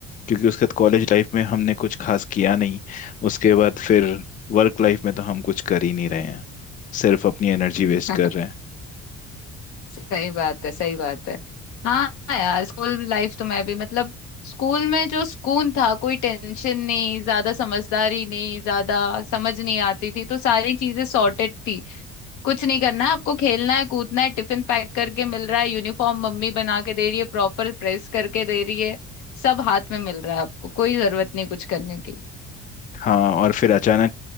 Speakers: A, on the left; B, on the left.
A: क्योंकि उसके बाद कॉलेज लाइफ में हमने कुछ खास किया नहीं उसके बाद फिर वर्क लाइफ में तो हम कुछ कर ही नहीं रहे हैं सिर्फ अपनी एनर्जी वेस्ट
B: <laughs>
A: कर रहे हैं
B: सही बात है सही बात है हाँ यार स्कूल लाइफ तो मैं भी मतलब स्कूल में जो सुकून था कोई टेंशन नहीं ज्यादा समझदारी नहीं ज्यादा समझ नहीं आती थी तो सारी चीजें सॉर्टेड थी कुछ नहीं करना है आपको खेलना है कूदना है टिफिन पैक करके मिल रहा है यूनिफॉर्म मम्मी बना के दे रही है प्रॉपर प्रेस करके दे रही है सब हाथ में मिल रहा है आपको कोई जरूरत नहीं कुछ करने की
A: हाँ और फिर अचानक